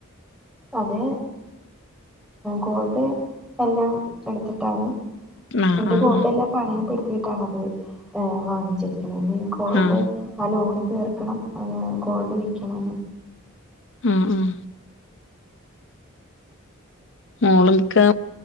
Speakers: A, in the centre; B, on the left (about 60°).
A: അത് ഗോൾഡ് എല്ലാം എടുത്തിട്ടാണ്
B: ആഹ്
A: എന്റെ
B: ആഹ്
A: ഗോൾഡ് എല്ലാം പണയപ്പെടുത്തിയിട്ടാണ് അത് ഏ വാങ്ങിച്ചിരിക്കുന്നത് ഇനി ഗോൾഡ്
B: ആഹ് ആഹ്
A: ആ ലോണ് തീർക്കണം ആ ഗോൾഡ് വിക്കണം
B: ഉം ഉം മോളൊക്കെ